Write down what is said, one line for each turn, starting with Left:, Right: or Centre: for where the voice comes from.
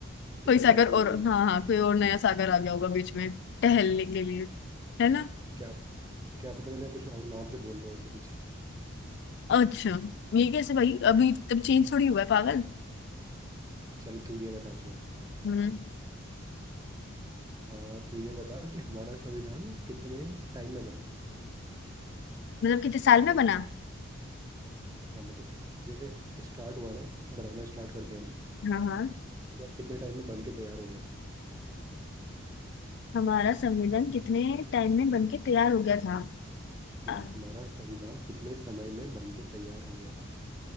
Right: कुछ
Left: कोई सागर
Right: और बोल
Left: और
Right: रहे हो
Left: हाँ हाँ कोई और नया सागर आ गया होगा बीच में टहलने के लिए है ना
Right: क्या पता- क्या पता मैंने कुछ और नाम से बोल रहे हो उसे कुछ
Left: अच्छा ये कैसे भाई अभी तब चेंज थोड़ी हुआ है पागल
Right: चल तू ये बता छोड़
Left: हम्म
Right: हाँ तो ये बता कि हमारा संविधान कितने टाइम में बना
Left: मतलब कितने साल में बना
Right: हाँ मतलब कि जैसे स्टार्ट हुआ ना बनाना स्टार्ट करते हैं ना
Left: हाँ हाँ
Right: या कितने टाइम में बन के तैयार हो गया था
Left: हमारा संविधान कितने टाइम में बन के तैयार हो गया था
Right: यस
Left: आ,
Right: हमारा संविधान कितने समय में बन के तैयार हो गया था